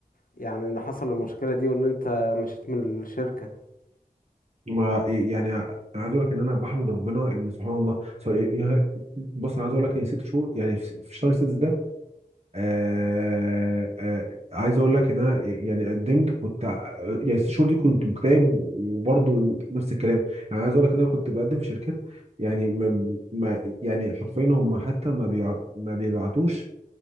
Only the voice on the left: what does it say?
يعني ان حصل المشكله دي وان انت مشيت من الشركه